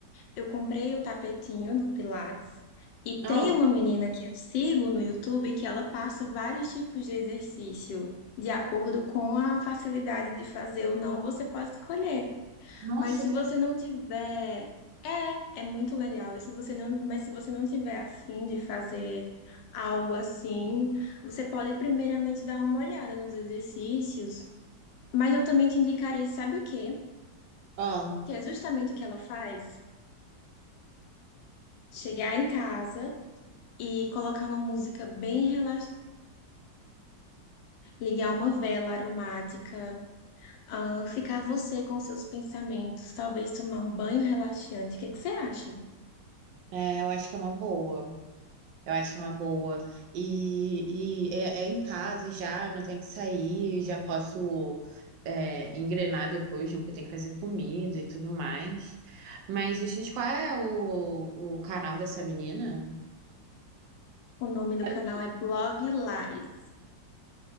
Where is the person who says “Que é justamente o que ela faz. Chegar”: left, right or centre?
Left